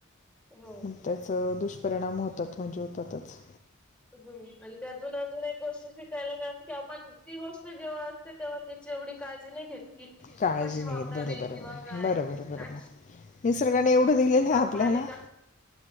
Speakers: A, in the centre; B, on the left.
A: हो
B: मग त्याच दुष्परिणाम होतात म्हणजे होतातच.
A: ह आणि त्यातून अजून एक गोष्ट शिकायला मिळाली की आपण ती गोष्ट जेव्हा असते तेव्हा त्याची एवढी काळजी नाही घेत की
B: काळजी
A: कशी
B: नाही
A: वापरावी
B: घेत बरोबर
A: किंवा
B: बरोबर
A: काय
B: बरोबर बरोबर
A: आ
B: निसर्गाने एवढं दिलेलं आहे आपल्याला
A: पाणी का